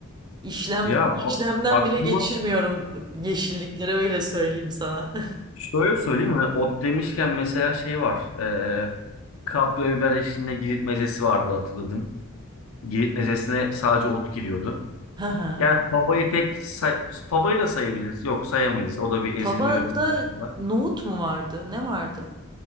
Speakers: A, on the right; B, on the left.
A: İşlem
B: Ya
A: işlemden
B: o- aklıma
A: bile geçirmiyorum yeşilliklere öyle söyleyeyim sana.
B: şöyle söyleyeyim mi? ot demişken mesela şey var. E, kapya biber eşliğinde Girit mezesi vardı hatırladım. Girit mezesine sadece ot giriyordu.
A: <laughs> Hı hı.
B: Yani favayı pek say- favayı da sayabiliriz. Yok sayamayız. O da bir ezilme
A: Fava'da
B: yöntemi var.
A: nohut mu vardı? Ne vardı?